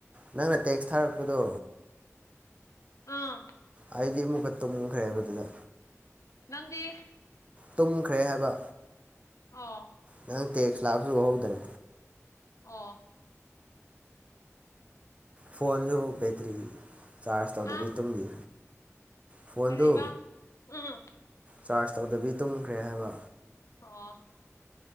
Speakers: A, on the right; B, on the left.
A: ꯅꯪꯅ ꯇꯦꯛꯁ ꯊꯥꯔꯛꯄꯗꯣ
B: ꯑꯥ
A: ꯑꯩꯗꯤ ꯑꯃꯨꯛꯀ ꯇꯨꯝꯈ꯭ꯔꯦꯕ ꯑꯗꯨꯗ
B: ꯅꯪꯗꯤ
A: ꯇꯨꯝꯈ꯭ꯔꯦ ꯍꯥꯏꯕ
B: ꯑꯣ
A: ꯅꯪ ꯇꯦꯛꯁ ꯂꯥꯛꯄꯁꯨ ꯎꯍꯧꯗꯔꯦ
B: ꯑ
A: ꯐꯣꯟꯁꯨ ꯕꯦꯇ꯭ꯔꯤ ꯆꯥꯔꯖ ꯇꯧꯗꯕꯤ
B: ꯍꯥ
A: ꯇꯨꯝꯕꯤ ꯐꯣꯟꯗꯨ
B: ꯀꯔꯤꯕ ꯎꯝ
A: ꯆꯥꯔꯖ ꯇꯧꯗꯕꯤ ꯇꯨꯝꯈ꯭ꯔꯦ ꯍꯥꯏꯕ
B: ꯑꯣ